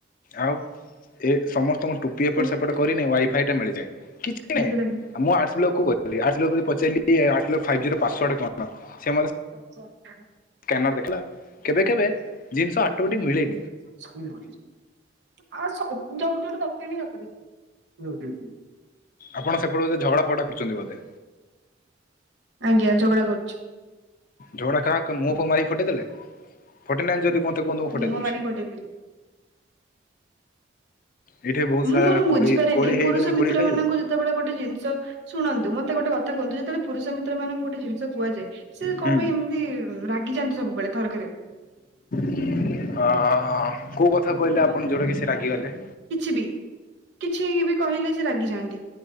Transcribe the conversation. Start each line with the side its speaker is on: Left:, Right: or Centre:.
Left: ଆଉ। ଏ ସମସ୍ତଙ୍କ ଟୋପି ଏପ
Right: ଦରକାର
Left: ସେପଟ କରିନି ୱାଇଫାଇ ଟା ମିଳିଯାଏ କିଛି
Right: ହେଇଗଲା
Left: ନାଇଁ ମୁଁ ଆର୍ଟସ୍ ବ୍ଲକ୍ କୁ କରିବି। ଆର୍ଟ୍ସ ଲୋକ କୁ ପଚାରିଲି ଆଠ ଲୋକ ଫାଇବ ଜିରୋ ପାଶ୍ୱାର୍ଡ କଣ ସେ ମତେ
Right: ଆଚ୍ଛା।
Left: ସ୍କାନର ଦେଖିଲା କେବେ କେବେ ଜିନିଷ ଅଟୋ ମେଟିକ୍ ମିଳେ।
Right: ଆ ସବୁ ଯୋଉ ଯୋଉଠି ଦରକାର ନାହିଁ ରଖ୍ ହୁଁ ହୁଁ ହୁଁ।
Left: ଆପଣ ସେପଟେ ବୋଧେ ଝଗଡା ଫଗଡା କରୁଛନ୍ତି ବୋଧେ।
Right: ଆଜ୍ଞା ଝଗଡା କରୁଛି।
Left: ଝଗଡା କାହା କାହା ମୁଁହ ପୁହଁ ମାରି ଫଟେଇଦେଲେ ଫଟେଇ ନାହାନ୍ତି ଯଦି କୁହନ୍ତୁ। ମୁଁ ଫଟେଇ
Right: ମୁହଁ
Left: ଦଉଛି।
Right: ମାରିକି ପଟେଇଦେଲି।
Left: ଏଇଠି ବହୁତ
Right: ମୁଁର
Left: ସାରା
Right: ବୁଝିପାରିନି
Left: କୋଳି କୋଳି ହେଇଗଲେଣି
Right: ପୁରୁଷ ମିତ୍ର
Left: କୋଳି ଖାଇବେ?
Right: ମାନଙ୍କୁ ଯେତେବେଳେ ଗୋଟେ ଜିନିଷ ଶୁଣନ୍ତୁ ମତେ ଗୋଟେ କଥା କୁହନ୍ତୁ। ଯେତେଳେ ପରୁଷ ମିତ୍ର ତ୍ର ମାନଙ୍କୁ ଗୋଟେ ଜିନିଷ କୁହାଯାଏ ସେ
Left: ହୁଁ
Right: କଣ ପାଇଁ ଏମିତି ରାଗିଯାନ୍ତି ସବୁବେଳେ ଥରକରେ।
Left: ଅ କୋଉ କଥା କହିଲେ ଆପଣ ଯୋଉଟା କି ସେ ରାଗିଗଲେ।
Right: କିଛି ବି କିଛି ବି କହିଲେ ସେ ରାଗି ଯାଆନ୍ତି।